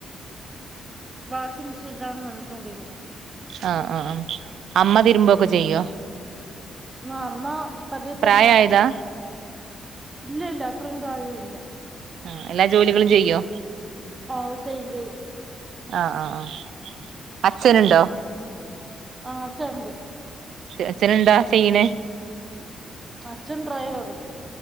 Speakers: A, on the right (about 20°); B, on the right (about 75°).
A: വാഷിംഗ് മെഷീനിലാണ് നനച്ചോണ്ടിരിക്കുന്ന
B: ആ ആ ആ അമ്മ തിരുമ്പോക്കെ ചെയ്യോ
A: ആ അമ്മ അതി
B: പ്രായായതാ
A: തന്നെ ഇല്ല ഇല്ല അത്രയും പ്രായം ഇല്ല
B: ആ എല്ലാ ജോലികളും ചെയ്യോ
A: ഓ ചെയ്യും ചെയ്യും
B: ആ ആ ആ അച്ഛനുണ്ടോ
A: ആ അച്ഛനുണ്ട്
B: അച്ഛന് എന്താ ചെയ്യണേ
A: അച്ഛൻ ഡ്രൈയിവറ്